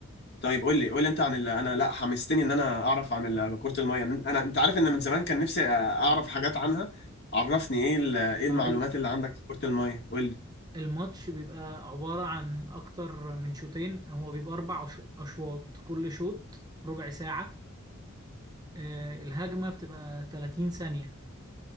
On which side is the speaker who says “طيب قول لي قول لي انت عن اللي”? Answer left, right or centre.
Left